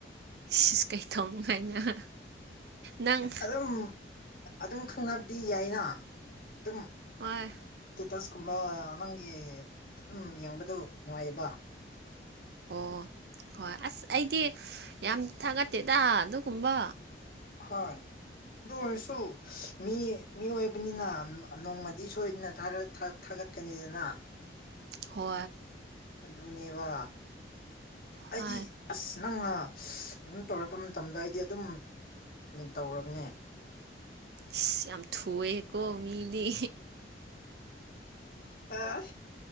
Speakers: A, on the right; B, on the left.
A: ꯁꯤ ꯀꯩ ꯊꯧꯅꯅꯨꯡ ꯍꯥꯏꯥꯏꯅ ꯅꯪ
B: ꯑꯗꯨꯝ ꯑꯗꯨꯝ ꯈꯪꯅꯕꯗꯤ ꯌꯥꯏꯅ ꯑꯗꯨꯝ
A: ꯍꯣꯏ
B: ꯇꯁꯀꯨꯝꯕ ꯅꯪꯒꯤ ꯑꯗꯨꯝ ꯌꯦꯡꯕꯗꯣ ꯅꯨꯡꯉꯥꯏꯌꯦꯕ
A: ꯑꯣ ꯍꯣꯏ ꯑꯁ ꯑꯩꯗꯤ ꯌꯥꯝ ꯊꯥꯒꯠꯇꯦꯗ ꯑꯗꯨꯒꯨꯝꯕ
B: ꯍꯣꯏ ꯑꯗꯨ ꯑꯣꯏꯔꯁꯨ ꯃꯤ ꯃꯤ ꯑꯣꯏꯕꯅꯤꯅ ꯅꯣꯡꯃꯗꯤ ꯁꯣꯏꯗꯅ ꯠ ꯀꯅꯤꯗꯅ
A: ꯍ
B: ꯑꯗꯨꯅꯦꯕ
A: ꯍꯣꯏ
B: ꯑꯩꯗꯤ ꯑꯁ ꯅꯪꯅ ꯑꯗꯨꯝ ꯇꯧꯔꯛꯄ ꯃꯇꯝꯗ ꯑꯩꯗꯤ ꯑꯗꯨꯝ ꯇꯧꯔꯕꯅꯦ
A: <unintelligible> ꯊꯨꯑꯦꯀꯣ ꯃꯤꯗꯤ
B: ꯑ